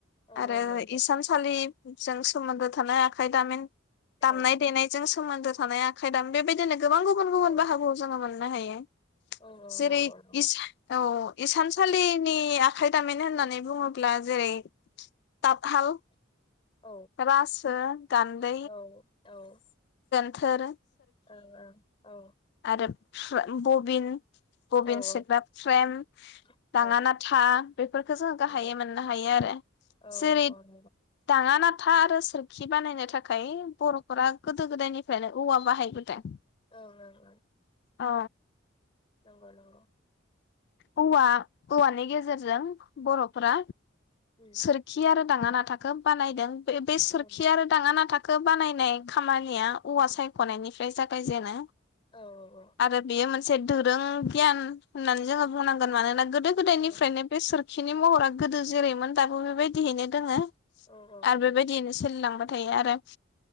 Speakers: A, on the left; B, on the left.
A: औ
B: आरो
A: नंगौ
B: इसान सालि जों सोमोन्दो थानाय आखाइ दामिन
A: औ
B: दामनाय देनायजों सो सोमोन्दो थानाय आखाइ दामिन बेबायदिनो गोबां गुबुन गुबुन
A: औ
B: बाहागोआव जोङो मोन नो हायो
A: औ
B: जेरै
A: नंगौ नंगौ
B: इस- औ इसानसालिनि आ खैदामिन होननानै बुङोब्ला जेरै ताब हाल
A: औ
B: एबास ओ गान्दै
A: औ औ
B: थोर
A: औ औ औ
B: आरो <unintelligible> बबिन बबिन
A: औ औ
B: सोग्रा
A: नंगौ ओं ओं नंगौ
B: फ्रेम
A: नंगौ ओम औ
B: दाङा नाथा बेफोरखौ जोंङो
A: औ
B: गाहायै
A: औ औ
B: मोननो हायो आरो
A: औ
B: जेरै
A: औ औ
B: दाङा नाथ <unintelligible> आरो सोरखि बानायनो थाखाय खाय बर'फोरा गोदो गोदायनिफ्रायनो औवा बाहायबोदों
A: ओं ओं
B: अ
A: नंगौ नंगौ
B: औवा औवानि गेजेरजों बर'फोरा
A: ओम
B: सोरखि आरो दाङा नाथाखो बानायदों बे सोरखि
A: ओम
B: आरो दाङा नाथाखौ बानायनाय खामानिया औवा सायख'नायनिफ्राय जागायजेनो
A: औ औ औ
B: आरो बेयो मोनसे दोरों गियान होननानै जोङो बुंनांगोन मानोना गोद गोदो गोदायनिफ्रायनो
A: औ
B: बे सोर खिनि महरा गोदो जेरैमोन दाबो बेबायदिहैनो दोङो
A: औ
B: आरो बेबायदियैनो सोलिलां नाथाय आरो